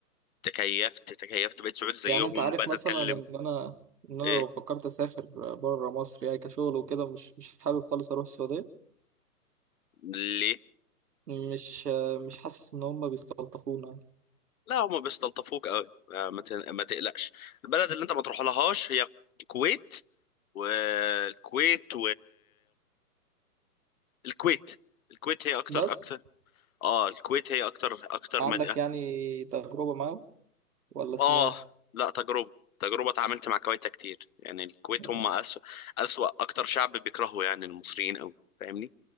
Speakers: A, on the left (about 60°); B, on the right (about 80°).
A: تكيفت تكيفت بقيت سعودي زيهم
B: يعني انت عارف
A: وبقيت
B: مثلا
A: اتكلم
B: ان انا ان انا
A: ايه
B: لو فكرت اسافر بره مصر يعني كشغل وكده مش مش حابب خالص اروح السعودية
A: ليه
B: مش آه، مش حاسس ان هم بيستلطفونا يعني.
A: لا هما بيستلطفوك قوي آه، ما ت- ما تقلقش البلد اللي انت ما تروح لهاش هي الكويت والكويت والكويت الكويت هي اكتر
B: بس
A: اكتر اه الكويت هي اكتر اكتر
B: عندك
A: مدينة
B: يعني تجربة معاهم ولا سمعت؟
A: اه لا تجربة تجربة اتعاملت مع كويتا كتير يعني الكويت
B: مم.
A: هم أسوأ أسوأ أكتر شعب بيكرهوا يعني المصريين أوي فاهمني